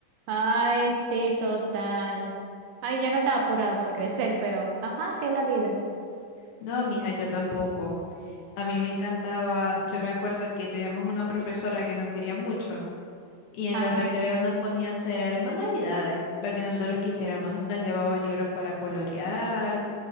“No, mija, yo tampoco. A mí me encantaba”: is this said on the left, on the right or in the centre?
Left